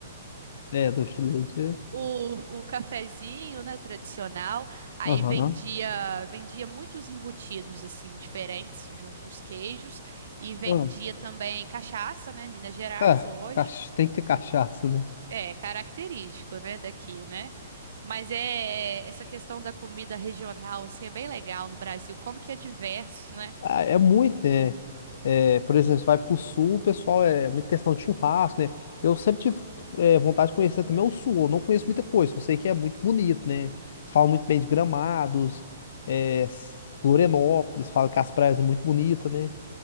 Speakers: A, on the left (about 60°); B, on the right (about 70°).
A: É, doce de leite. é.
B: O, o cafezinho, né, tradicional, aí
A: Aham.
B: vendia vendia muitos embutidos assim diferentes, junto com os queijos, e vendia
A: Ah,
B: também cachaça, né, Minas Gerais,
A: é,
B: lógico,
A: cacha- tem que ter cachaça, né?
B: é característico, né, daqui, né? Mas é essa questão da comida regional assim é bem legal no Brasil, como que é diverso, né?
A: Ah, é muito, né? É, por exemplo, você vai pro sul, o pessoal é é muito questão de churrasco, né? Eu sempre tive é, vontade de conhecer também o sul. Eu não conheço muita coisa, só sei que é muito bonito, né? Falam muito bem de Gramados, é, S- Florianópolis, falam que as praias é muito bonita, né?